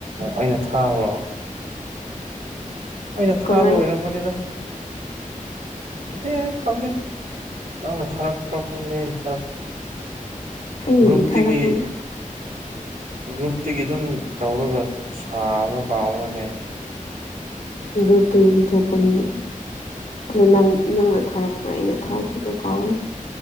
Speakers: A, on the right; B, on the left.
A: ꯑꯩꯅ ꯊꯥꯕ꯭ꯔ ꯑꯩꯅ ꯊꯥꯕ
B: ꯀꯃꯥꯏꯅ
A: ꯑꯣꯏꯔꯝꯒꯅꯤꯗ ꯈꯪꯗꯦ ꯈꯪꯗꯦ ꯅꯪꯅ ꯊꯥꯔꯛꯄ꯭ꯔ ꯈꯪꯗꯦ ꯑꯩꯅ ꯊꯥꯔꯛ
B: ꯑꯩꯅꯗꯤ
A: ꯒ꯭ꯔꯨꯞꯇꯒꯤ
B: ꯊꯥꯔꯛ ꯃꯣꯏꯗ
A: ꯒ꯭ꯔꯨꯞꯇꯒꯤ ꯑꯗꯨꯝ ꯇꯧꯔꯒ ꯁꯥꯕ ꯀꯥꯎꯔꯦꯅꯦ
B: ꯒ꯭ꯔꯨꯞꯇꯒꯤꯗꯤ ꯊꯣꯛꯄꯅꯤꯅꯦ ꯑꯗꯣ ꯅꯪ ꯅꯪꯅ ꯊꯥꯔꯛꯄ꯭ꯔꯥ ꯑꯩꯅ ꯊꯥꯈꯤꯕ꯭ꯔꯥ ꯀꯥꯎꯔꯦ